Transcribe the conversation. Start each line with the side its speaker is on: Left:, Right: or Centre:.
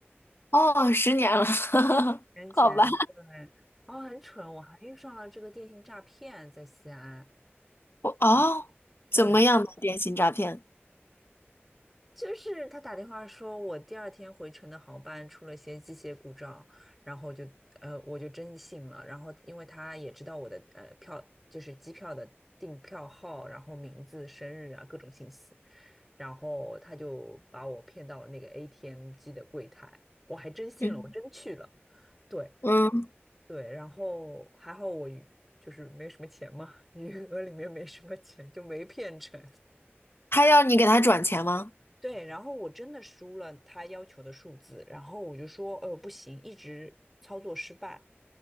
Left: 哦，十年了，<laughs>
Centre: 年前对，
Left: 好吧。
Centre: 哦，很蠢，我还遇上了这个电信诈骗，在西安。
Left: 我哦，
Centre: 嗯对，
Left: 怎么样的电信诈骗？
Centre: 就是他打电话说我第二天回程的航班出了些机械故障，然后就呃我就真信了，然后因为他也知道我的呃票就是机票的订票号，然后名字、生日啊各种信息，然后他就把我骗到了那个 ATM 机的柜台，我还真信了，
Left: 嗯
Centre: 我真去了。对，
Left: 嗯，
Centre: 对，然后还好我余就是没什么钱嘛，<laughs> 余额里面没什么钱，就没骗成。
Left: 还要你给他转钱吗？
Centre: 对，然后我真的输了他要求的数字，然后我就说，呃，不行，一直操作失败。